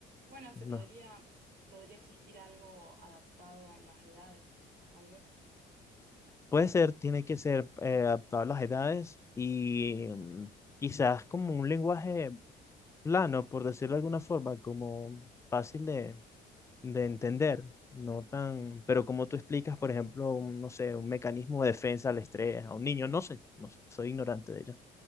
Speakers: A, on the right; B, on the left.
A: Bueno, se
B: No,
A: podría, podría existir algo adaptado a las edades, tal vez.
B: Puede ser, tiene que ser eh, adaptado a las edades y mm, quizás como un lenguaje plano, por decirlo de alguna forma, como fácil de, de entender, no tan, pero como tú explicas, por ejemplo, un, no sé, un mecanismo de defensa al estrés a un niño, no sé, no sé, soy ignorante de ello.